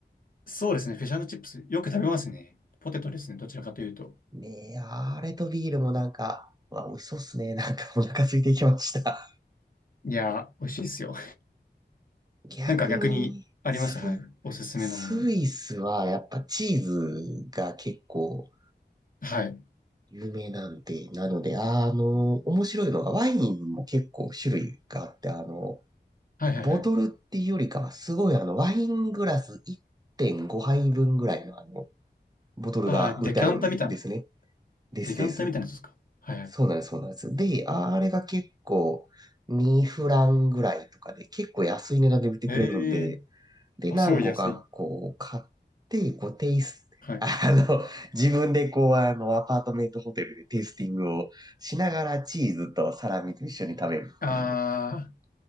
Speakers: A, on the left; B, on the right.
A: そうですね。フィッシュチップス、よく食べますね。ポテトですね。どちらかというと。
B: ねえ、あれとビールもなんか、うわ、美味しそうっすね。なんかお腹空いてきました。
A: いやー、美味しいですよ。<laughs>
B: 逆に、
A: なんか逆に、あります。
B: ス、
A: はい。おすすめのもの。
B: スイスはやっぱチーズが結構
A: はい。
B: 有名なんで、なので、あの、面白いのがワインも結構種類があって、あの、
A: はいはいはい。
B: ボトルっていうよりかはすごいあの、ワイングラス1.5杯分ぐらいのあの、ボトルが売ってあるんですね。
A: ああ、デキャンタみたいな。
B: ですです。
A: デキャンタみたいなやつですか。はいはい。
B: そうなんです、そうなんです。で、ああれが結構2フランぐらいとかで結構安い値段で売ってくれるんで、
A: ええー、
B: で、
A: あ、
B: 何個かこう買って、
A: すごい安い。
B: こうテイス
A: はい。
B: <laughs> あの、自分でこうあのアパートメントホテルでテイスティングをしながらチーズとサラミと一緒に食べるっていう。
A: ああ、